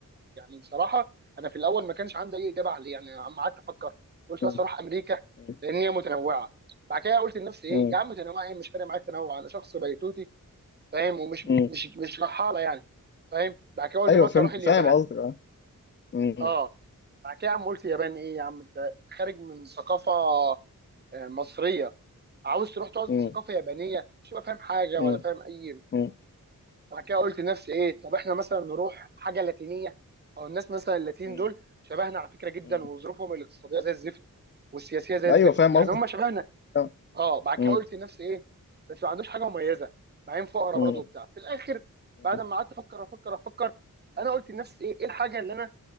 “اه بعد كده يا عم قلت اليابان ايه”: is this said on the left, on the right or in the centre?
Right